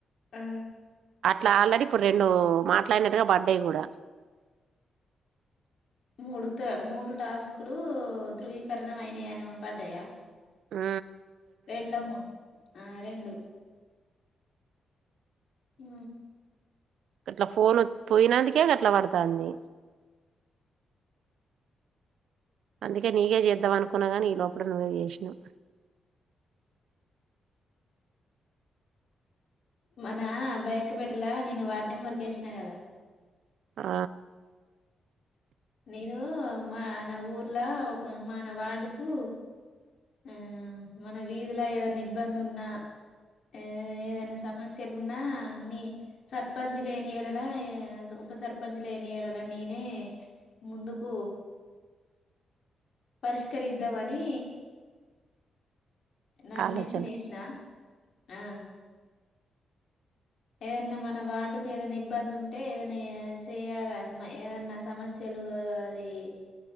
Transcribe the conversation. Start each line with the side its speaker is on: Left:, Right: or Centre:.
Left: ఆ
Right: అట్లా ఆల్రెడీ ఇప్పుడు రెండు మాట అట్లాయినట్టుగా బర్డే కూడా
Left: మూడు త మూడు టాస్కులు ధృవీకరణ అయినాయని పడ్డాయా
Right: ఆ
Left: రెండో మూడు ఆ రెండు ఆ
Right: అట్లా ఫోన్ పోయినందుకే అట్లా పడుతుంది అందుకే నీకే చేద్దాం అనుకున్నా కానీ ఈ లోపల నువ్వే చేసినావు
Left: మన ఆ బయక్బడలా నను వా <unintelligible> వరకు వేసినా కదా
Right: ఆ
Left: నను మా నా ఊర్లా ఒక మన వార్డుకు ఆ మన వీధిలో ఏదైనా ఇబ్బంది ఉన్నా ఆ ఏదైనా సమస్య ఉన్నా నీ సర్పంచ్ లేని ఏడల ఉప సర్పంచ్ లేని ఏడల నేనే ముందుకు పరిష్కరిద్దామని నమినషన్
Right: ఆలోచన
Left: ఇష్ిన ఆ ఏదన్నా మన వార్డుకు ఏదైనా ఇబ్బంది ఉంటే ఏదైనా చేయాలా ఏదన్నా సమస్యలు అది